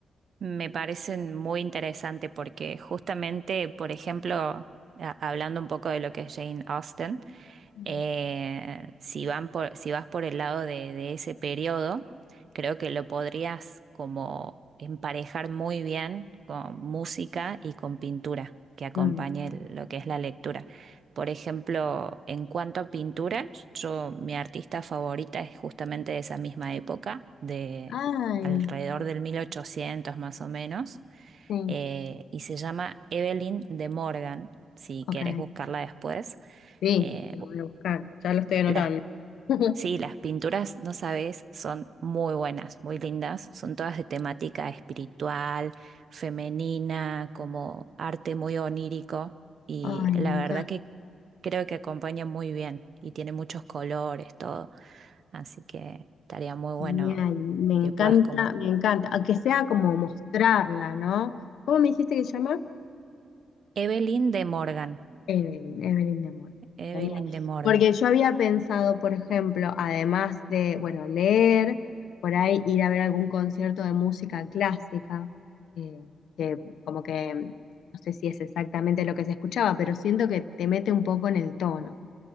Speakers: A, on the right; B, on the left.
A: Me parecen muy interesante porque justamente, por ejemplo, a- hablando un poco de lo que es Jane Austen,
B: Mm.
A: eh, si van por, si vas por el lado de, de ese periodo, creo que lo podrías como emparejar muy bien con música y con pintura que acompañe
B: Mm.
A: el- lo que es la lectura. Por ejemplo, en cuanto a pintura, yo, mi artista favorita es justamente de esa misma época, de
B: Ay,
A: alrededor del 1800 más o menos,
B: sí,
A: eh, y se llama Evelyn de Morgan, si
B: ok.
A: querés buscarla después.
B: Sí,
A: eh,
B: lo voy a buscar, ya lo estoy anotando.
A: las,
B: <laughs>
A: sí, las pinturas, no sabes, son muy buenas, muy lindas. Son todas de temática espiritual, femenina, como arte muy onírico. Y
B: Ay,
A: la
B: me encanta.
A: verdad que creo que acompaña muy bien y tiene muchos colores, todo. Así que estaría muy bueno
B: Genial, me encanta,
A: que puedas como
B: me encanta, aunque sea como mostrarla, ¿no? ¿Cómo me dijiste que se llama?
A: Evelyn de Morgan.
B: Evelyn, Evelyn de Mol.
A: Evelyn
B: Genial.
A: de Morgan.
B: Porque yo había pensado, por ejemplo, además de, bueno, leer, por ahí ir a ver algún concierto de música clásica, eh, que como que no sé si es exactamente lo que se escuchaba, pero siento que te mete un poco en el tono.